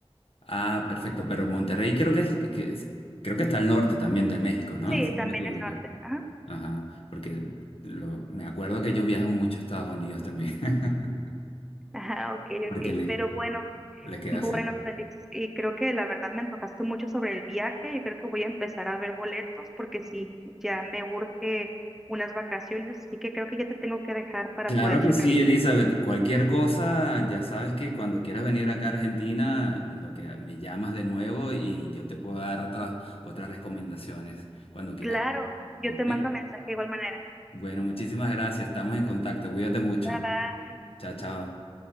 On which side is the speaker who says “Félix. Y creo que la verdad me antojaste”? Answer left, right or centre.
Centre